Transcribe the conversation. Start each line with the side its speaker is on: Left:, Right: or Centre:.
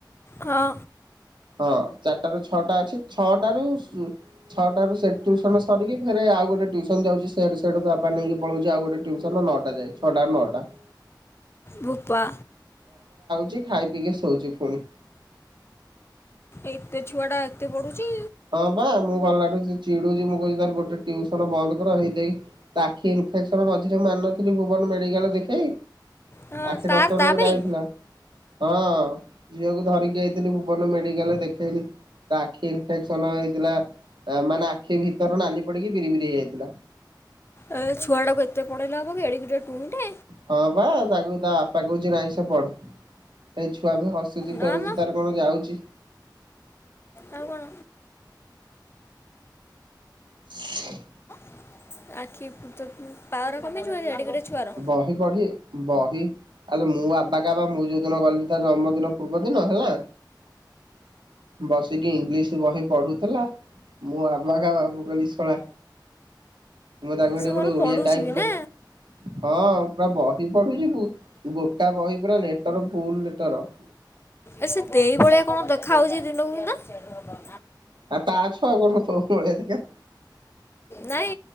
Left: ହଁ।
Right: ହଁ ଚାରିଟ ରୁ ଛଅଟା ଅଛି ଛଅଟାରୁ ଛଅଟାରୁ ସେତୁ ସନ ସରିକି ଫେ ଆଉ ଟୁସନ ଯାଉଛି ସେଆଡୁ ତାପା ନେଇକି ପଳଉଛି ଆଉ ଗୋଟେ ଟୁନ ନଅା ଯାଏ ଛଟା ନଅଟା। <inaudible>
Left: ରୂପା।
Right: ଛି ଖାଇ ପିଇକି ଶଉଛି ପୁଣି।
Left: ଏତେ ଛୁଆ ଟା ଏତେ ପଢୁଛି?
Right: ହଁ ବା ମୁଁ ଗଲାଠୁ ଚିଡୁଛି ମୁଁ କହୁଛି ତାର ଗୋଟେ ଟଉସନ ବନ୍ଦ କର ହେଇକି ତା ଆଖି ସନ ମଝିରେକୁ ମାରିନଥିଲି ଭୁବନ ମେଡାଲ ଦେଖଇ।
Left: ହଁ
Right: ଆଖି
Left: ତାର
Right: ଡକ୍ଟର
Left: ତା
Right: ଗୋଟେ
Left: ପାଇଁ
Right: ଆ ଇଥିଲା। ହଁ ଝିଅକୁ ଧରିକି ଯାଇଥିଲି ଭୁବନ ମେଡିକାଲରେ ଦେଖେଇନି ଟା ଆଖି ଆଖେଇନି ହେଇଥିଲା ମାନେ ଆଖି ଭିତର ନାଲି ପଡିକି ବିରି ବିରି ହେଇଯାଇଥିଲା।
Left: ଏ ଛୁଆ ଟାକୁ ଏତେ ପଢେଇଲେ ହେବ କି ଏଡ଼ିକି ଟୁଇଁଟେ
Right: ହଁ ବା ତାକୁ ତା ବାପା କହୁଛି ନାହିଁ ସେ ପଢୁ, ହେଇଛୁ ଛୁଆ ବି ହସୁଛି ଖେଳୁଛି
Left: ନା ମ
Right: ତାର କଣ ଯାଉଛି?
Left: ଆଉ କ'ଣ
Right: <inaudible>
Left: ଆଖି ପ ତ ପାୱାର କମି ଯିବ ଅଡ଼ିକ ଏଡ଼ିକି ଛୁଆର
Right: ବହି ପଢ଼ୀ ବହି ଆଲେ ମୁଁ ଆବା କା ବା ମୁଁ ଯୋଉଦିନ ଗଲି ତା ଜନ୍ମଦିନ ପୂର୍ବ ଦିନ ହେଲା। ବସିକି ଇଂଲିଶ ବହି ପଢୁଥିଲା ମୁଁ ଆବାକାବା ମୁ କହିଲି ଶଳା ମୁ ତାକୁ ହେଟୁ
Left: ସେ ଭଲ
Right: ଗୋଟେ ଓଡିଆ
Left: ପଢ଼ୁଛି
Right: ଟାଇପ
Left: ବି ନା
Right: ହଁ ପୁରା ବହି ପଢୁଛି ଗୁ ଗୋଟା ବହି ପୁରା ଲେଟର ଭୁଲ ଲେଟର। <inaudible>
Left: ଏ ସେ ଦେଇ ଭଳିଆ କଣ ଦେଖା ହାଉଛି ଦିନକୁ ଦିନ।
Right: ଆ ତା ଛୁଆ କନ୍ ତୋ ଭଳିଆ ଦେଖା ହେ
Left: ନାଇଁ